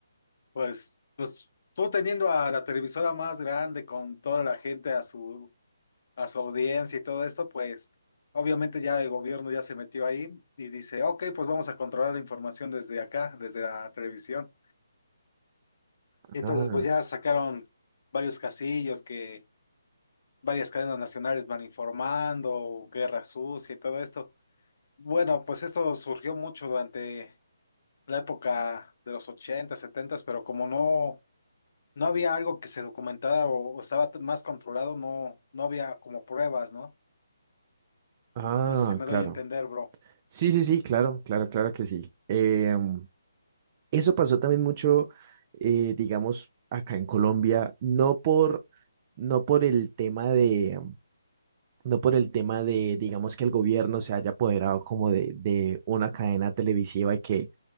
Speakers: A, on the left; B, on the right.
A: Pues, pues tú teniendo a la televisora más grande con toda la gente a su a su audiencia y todo esto, pues obviamente ya el gobierno ya se metió ahí y dice, ok, pues vamos a controlar la información desde acá, desde la televisión. Y entonces
B: Ah,
A: pues ya sacaron varios casillos que varias cadenas nacionales van informando, guerra sucia y todo esto. Bueno, pues esto surgió mucho durante la época de los ochenta 70, pero como no, no había algo que se documentara o, o estaba t- más controlado, no, no había como pruebas, ¿no?
B: ah,
A: No sé si me
B: claro.
A: doy a entender, bro.
B: Sí, sí, sí, claro, claro, claro que sí. Em, eso pasó también mucho, eh, digamos, acá en Colombia, no por, no por el tema de, no por el tema de, digamos, que el gobierno se haya apoderado como de, de una cadena televisiva y que